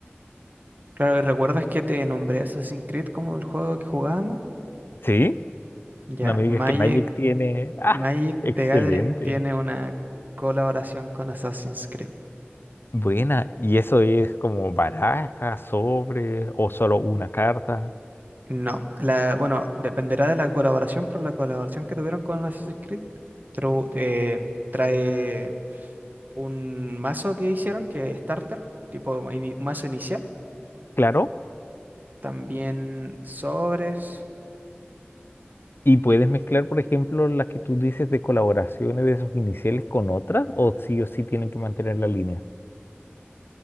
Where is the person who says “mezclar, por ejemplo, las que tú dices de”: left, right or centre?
Left